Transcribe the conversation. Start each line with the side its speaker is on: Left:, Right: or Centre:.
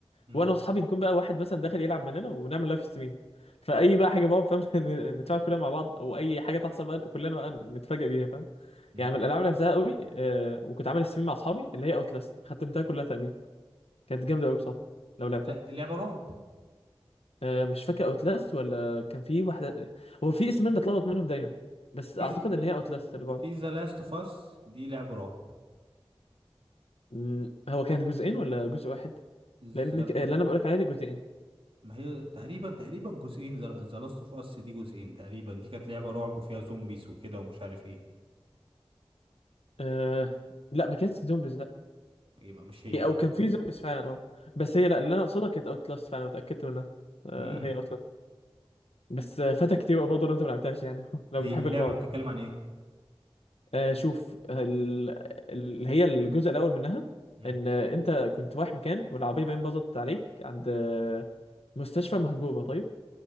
Right: مم.
Left: وانا واصحابي نكون بقى واحد مثلا داخل يلعب مننا ونعمل لايف ستريم فاي بقى حاجه بقى فاهم <laughs> ن- نتفاعل كلنا مع بعض او اي حاجه تحصل بقى كلنا بقى نتفاجئ بيها فاهم
Right: مم.
Left: يعني من الالعاب اللي لعبتها قوي آه، وكنت عامل ستريم مع اصحابي اللي هي اوتلاست ختمتها كلها تقريبا كانت جامده قوي بصراحه لو
Right: لا
Left: لعبتها
Right: دي لعبة رعب
Left: آه، مش فاكر اوتلاست ولا كان في واحده هو في اسمين بتلخبط منهم دايما بس
Right: في
Left: اعتقد
Right: في
Left: ان هي اوتلاست اللي بعض
Right: في ذا لاست اوف اس دي لعبة رعب
Left: مم، هو كانت جزئين ولا جزء واحد
Right: The-
Left: لان ك- اللي انا بقولك عليه دي جزئين
Right: ما هي تقريبا تقريبا جزئين ذا لاست اوف اس دي جزئين تقريبا دي كانت لعبة رعب وفيها زومبيز وكده ومش عارف ايه
Left: أه... لا ما كانتش زومبيز لا
Right: يبقى مش هي
Left: هي-
Right: دي
Left: او كان في زومبيز فعلا اه بس هي لا اللي انا اقصدها كانت اوتلاست فعلا واتاكدت منها أه...
Right: امم
Left: هي اوتلاست بس آه، فاتك كتير بقى برضه لو انت ما لعبتهاش يعني <laughs> لو
Right: دي
Left: بتحب
Right: لعبة
Left: الرعب
Right: بتتكلم عن ايه
Left: آه شوف ال- اللي هي الجزء الاول منها
Right: امم
Left: ان انت كنت رايح مكان والعربيه باين باظت عليك عند آه، مستشفى مهجوره طيب